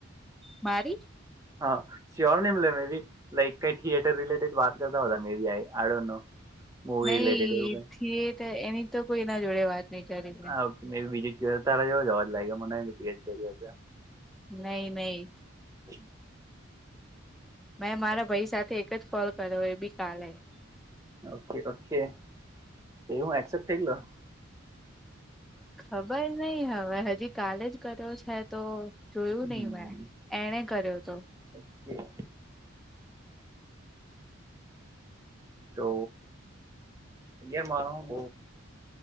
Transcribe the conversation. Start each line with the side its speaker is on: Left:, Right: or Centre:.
Centre: મારી?
Right: હા. શ્યોર ન બોલે મે બી લાઈક કઈ થિયેટર રિલેટેડ વાત કરતા હોતા મેરી I don't know movie
Centre: નઈ
Right: related એવું કઈ
Centre: થયેટ એની તો કોઈ ના જોડે વાત. નહી કરી મેં
Right: હા બીજ ચો તારા જો જવા જ લાગે મને ચોરી હ- -
Centre: નહી નહી.
Right: <inaudible>
Centre: મેં મારા ભાઈ સાથે એક જ કોલ કર્યો એ બી કાલે.
Right: ઓકે ઓકે એ હું એક્સેપ થઈ ગ- -
Centre: ખબર નઈ હવે હજી કાલે જ કર્યો છે તો જોયું
Right: હમ
Centre: નહી મેં. એણે કર્યો હતો.
Right: <inaudible> તો ામારો બ